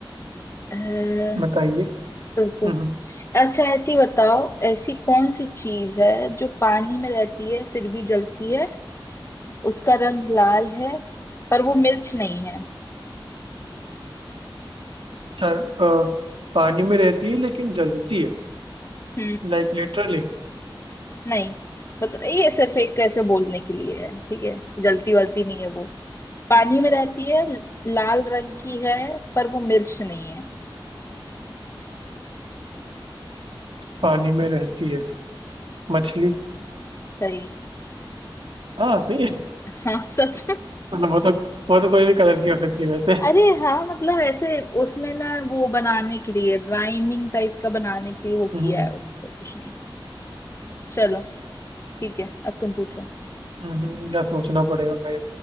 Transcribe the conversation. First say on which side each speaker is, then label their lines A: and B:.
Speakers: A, on the left; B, on the right.
A: अह,
B: बताइए
A: रुको
B: हम्म,
A: अच्छा ऐसी बताओ ऐसी कौन सी चीज है जो पानी में रहती है फिर भी जलती है उसका रंग लाल है पर वो मिर्च नहीं है
B: चल अ, पानी में रहती है लेकिन जलती है
A: हम्म
B: Like literally
A: नहीं मतलब ये सिर्फ एक ऐसे बोलने के लिए है ठीक है जलती वलती नहीं है वो पानी में रहती है लाल रंग की है पर वो मिर्च नहीं है
B: पानी में रहती है मछली
A: सही
B: हाँ सही है
A: हाँ सच में
B: मतलब वो तो वो तो कोई भी कलर की हो सकती है वैसे
A: अरे हाँ मतलब ऐसे उसमें ना वो बनाने के लिए राइमिंग टाइप का बनाने के लिए वो
B: हम्म
A: किया है उसको कुछ नहीं चलो ठीक है अब तुम पूछो
B: हम्म, हम्म, या सोचना पड़ेगा मेरे